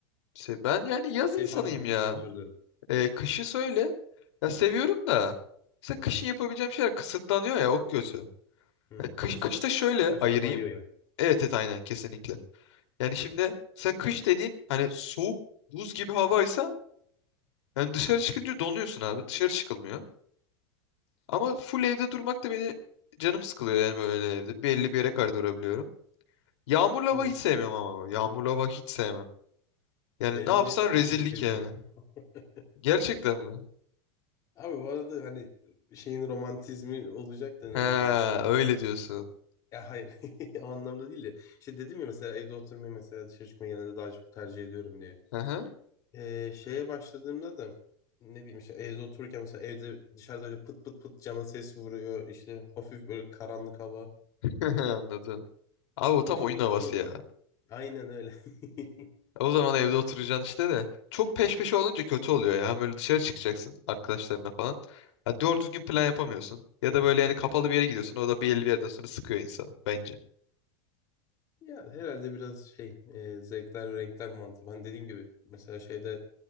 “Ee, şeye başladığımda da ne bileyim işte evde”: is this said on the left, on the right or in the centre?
Left